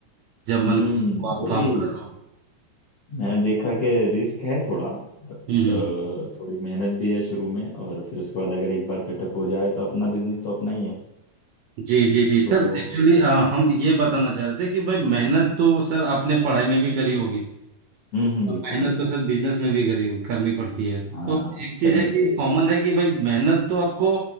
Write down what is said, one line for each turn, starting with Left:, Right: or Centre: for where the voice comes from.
Right: जब मन
Left: हम्म
Right: किया आप
Left: वही
Right: काम करो
Left: मैंने देखा कि रिस्क है थोड़ा बट
Right: हम्म हम्म।
Left: थोड़ी मेहनत भी है शुरू में और फिर उसके बाद अगर एक बार सेटअप हो जाए तो अपना बिजनेस तो अपना ही है
Right: जी जी जी सर
Left: तो
Right: एक्चुअली हम ये बताना चाह रहे थे कि भाई मेहनत तो सर आपने पढ़ाई में भी करी होगी
Left: हम्म हम्म,
Right: और
Left: बिल्कुल
Right: मेहनत
Left: बिल्कुल
Right: तो सर बिजनेस में भी करी करनी पड़ती है तो
Left: हाँ
Right: एक चीज
Left: करनी
Right: है कि
Left: पड़ेगी
Right: कॉमन है कि भाई मेहनत तो आपको